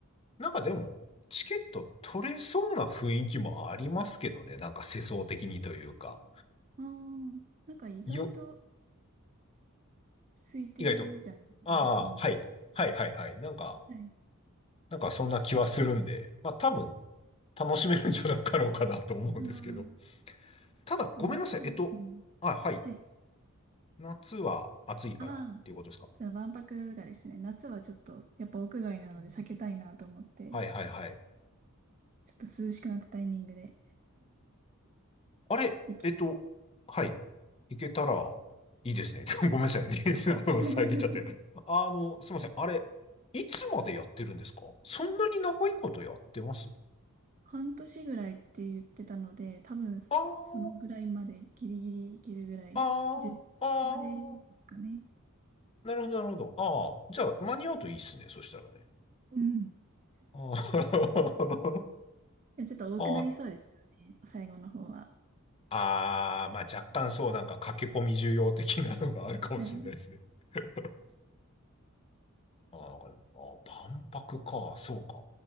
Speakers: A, on the left (about 25°); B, on the right (about 35°).
A: なんかでも、チケット取れそうな雰囲気もありますけどね。なんか世相的にというか。
B: ああ、なんか意外と
A: よ、
B: 空いてるじゃん。
A: 意外と。ああ、
B: なんか、うん。
A: はい。はい、はい、はい。なんか、
B: はい。
A: なんかそんな気はするんで、まあ多分、楽しめるんじゃなかろうかなと思うんですけど。
B: ああ、
A: ただ、
B: そう、
A: ごめんなさい。
B: 夏は、
A: えっと、
B: うん。
A: あ、はい。
B: はい。
A: 夏は暑いからっていうことですか。
B: ああ、そう、万博がですね、夏はちょっと、やっぱ屋外なので避けたいなと思って、
A: はいはいはい。
B: ちょっと涼しくなったタイミングで
A: あれ、
B: 生き
A: えっと、はい。行けたらいいですね。<laughs> ごめんなさい。<laughs> あの、
B: <laughs>
A: 遮っちゃって。あの、すいません。あれ、いつまでやってるんですかそんなに長いことやってます
B: 半年ぐらいって言ってたので、多分そそのぐらいまでギリギリいけるぐらい、
A: あーあー、
B: 10月までですかね。
A: あーなるほど、なるほど。ああ、じゃあ、間に合うといいっすね。そしたらね。
B: うん。
A: あー <laughs>
B: でちょっと多くなりそうですよね、
A: あ
B: 最後の方は。
A: ああ、まあ若干そう、なんか駆け込み需要的なのがあるかもしれないですね。
B: はい。
A: <laughs> あーなんかあー、万博か、そうか。